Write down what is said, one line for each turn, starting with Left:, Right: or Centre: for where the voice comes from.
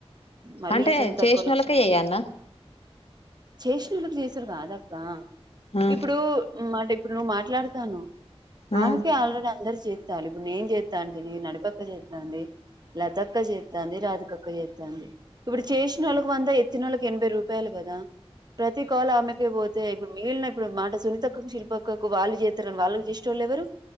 Right: మళ్ళీ
Left: అంటే
Right: ఈసోంటి తక్కువ
Left: చేసినోళ్ళకే
Right: లో వచ్చింది
Left: చెయ్యన్న
Right: చేసిన వాళ్ళకి చేస్ సరిగాదక్కా.
Left: ఆ
Right: ఇప్పుడు మాట ఇప్పుడు నువ్వు మాట. మాట్లాడతాను.
Left: ఆ
Right: ఆమెకి ఆల్రెడీ అందరి. చేస్తాలి ఇప్పుడు నేను చేస్తా అంటిని నడిపక్క చేస్తాంది లతక్ అక్క చేద్దంది రాధకాక్క చేద్దాంది ఇప్పుడు చేసిన వాళ్ళకు వంద ఎక్. త్తినోలకి ఎనభై రూపాయలు కదా ప్రతి కాల్ ఆమెకే పో తే ఇప్పుడు మిగిలిన ఇప్పుడు మాట సునితక్కకు శిల్పక్కకు వాళ్ళు చేత్తరని వాళ్ళకి జేషెటోళ్ళు ఎవరు